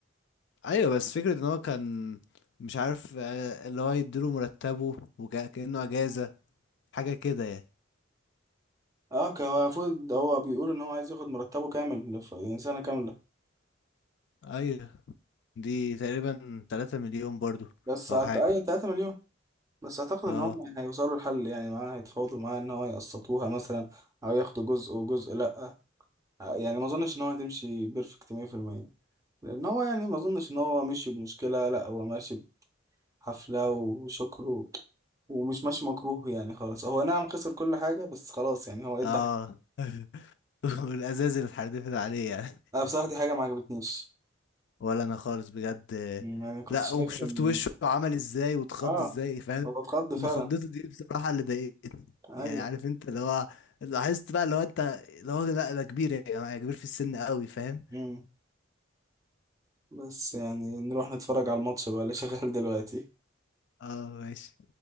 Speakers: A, on the left (about 60°); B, on the right (about 15°).
A: ايوه بس فكرة ان هو كان مش عارف آه، اللي هو يديله مرتبه وكأنه اجازة حاجة كده يعني
B: اه كان هو المفروض هو بيقول ان هو عايز ياخد مرتبه كامل ف- يعني سنه كامله
A: ايوه دي تقريبا 3 مليون برضو
B: بس
A: او
B: أعت-
A: حاجة
B: اي 3 مليون بس اعتقد ان
A: اه
B: هم هيوصلوا لحل يعني معاه هيتفاوضوا معاه ان هو يقسطوها مثلا او ياخدوا جزء وجزء لا آه، يعني ما اظنش ان هو هتمشي بيرفكت 100% لان هو يعني ما اظنش ان هو ماشي بمشكله لا هو ماشي بحفله وشكر و- ومش ماشي مكروه يعني خالص هو نعم خسر كل حاجه بس خلاص يعني هو ادى
A: اه
B: حاجه
A: <laughs> والازاز اللي اتحدفت عليه يعني
B: انا بصراحه دي حاجه ما عجبتنيش
A: ولا انا خالص بجد
B: يعني كنت
A: لا
B: شايف
A: وشفت
B: ان
A: وشه عمل ازاي واتخض
B: اه
A: ازاي فاهم
B: هو اتخض فعلا
A: انا خضته دي بصراحه اللي ضايقتني
B: ايوه
A: يعني عارف انت اللي هو لاحظت بقى اللي هو انت اللي هو لا ده كبير يا جماعه كبير في السن قوي فاهم
B: مم. بس يعني نروح نتفرج على الماتش بقى اللي شغال دلوقتي
A: اه ماشي